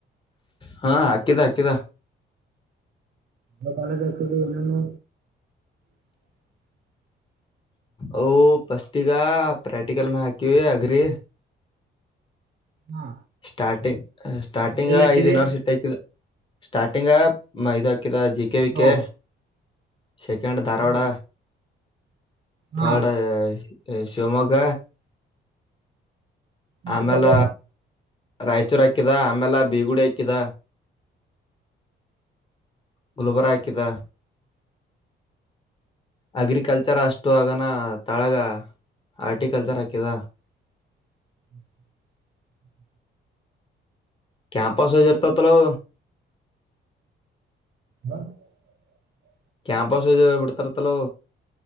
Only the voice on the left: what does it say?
ಹಾ ಹಾಕಿದ ಹಾಕಿದ
ಓ ಫ್ರಿಸ್ಟಿಗೇ ಪ್ರೆಕ್ಟಿಕಲ್ ಮೆಗಾ ಹಾಕಿ ಅಗ್ರಿ
ಸ್ಟಾರ್ಟಿಂಗ್ ಸ್ಟಾರ್ಟಿಂಗ್
ಐದ್ ಯೂನಿವರ್ಸಿಟಿ ಆಕಿದೆ ಸ್ಟಾರ್ಟಿಂಗ್ ಐದ ಜಿ ಕೆ ವಿ ಕೆ
ಸೆಕೆಂಡ್ ಧಾರವಾಡ
ಥರ್ಡ್ ಶಿವಮೊಗ್ಗ
ಆಮೇಲ ರಾಯಚೂರ್ ಹಾಕಿದ ಆಮೇಲ ಬೀಗುಡಿ ಹಾಕಿದ ಗುಲ್ಬರ್ಗ ಹಾಕಿದ ಅಗ್ರಿಕಲ್ಚರ್ ಅಷ್ಟು ಆಗನ ತಳಗ ಆರ್ಟಿಕಲ್ಚರ್ ಹಾಕಿದ
ಕ್ಯಾಂಪಸ್ ಇರ್ತದಲ್ಲೋ
ಕ್ಯಾಂಪಸ್ ಇದ ಬಿಡ್ತಾರೆತಲ್ಲೊ